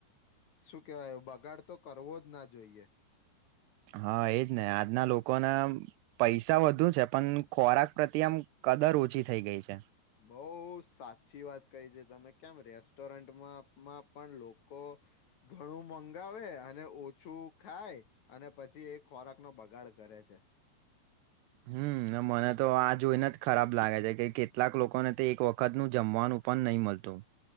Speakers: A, on the left (about 50°); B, on the right (about 85°).
A: શું કેવાય બગાડ તો કરવો જ ના જોઈએ.
B: હા, એજ ને આજના લોકોના પૈસા વધુ છે પણ ખોરાક પ્રત્યે આમ કદર ઓછી થઈ ગઈ છે.
A: બઉ સાચી વાત કહી છે તમે કેમ રેસ ટોરન્ટમાં માં પણ લોકો ઘણું મંગાવે અને ઓછું ખાય એ અને પછી એ ખોરાક નો બગાડ કરે છે.
B: હમ્મ. હમ્મ મને તો આ જોઈને જ ખરાબ લાગે છે કે કેટલાક લોકોને તે એક વખત નું જમવાનું પણ નહી મલ તો.